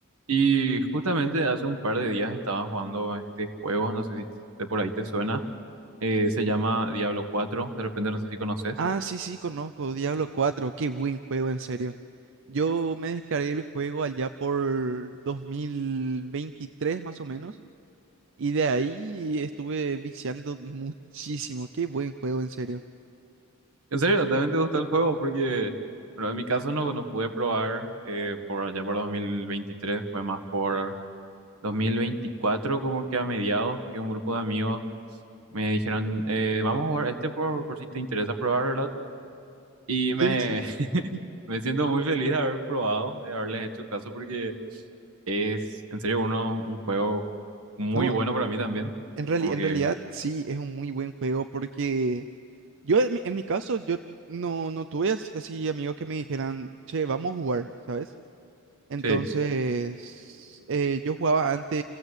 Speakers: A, on the right; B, on the right.
A: Y justamente hace un par de días estaba jugando este juego, no sé si de por ahí te suena, eh, se llama Diablo cuatro de repente no sé si conoces.
B: Ah, sí, sí, conozco Diablo cuatro qué buen juego, en serio. Yo me descargué el juego allá por 2023 más o menos, y de ahí estuve viciando muchísimo, qué buen juego, en serio.
A: En serio, también te gustó el juego porque, bueno, en mi caso no, no pude probar eh, por allá por 2023, fue más por 2024 como que a mediados que un grupo de amigos me dijeron, eh, vamos a jugar este por, por si te interesa probar, ¿verdad? Y me,
B: Sí, sí.
A: <laughs> me siento muy feliz de haber probado, de haberles hecho caso porque... Es en serio uno, un juego muy
B: No,
A: bueno
B: Muy-
A: para mí también.
B: en reali-
A: Como
B: en
A: que,
B: realidad sí, es un muy buen juego porque yo en mi, en mi caso, yo no, no tuve as- así amigos que me dijeran, che, vamos a jugar, ¿sabes? Entonces,
A: sí,
B: eh, yo jugaba antes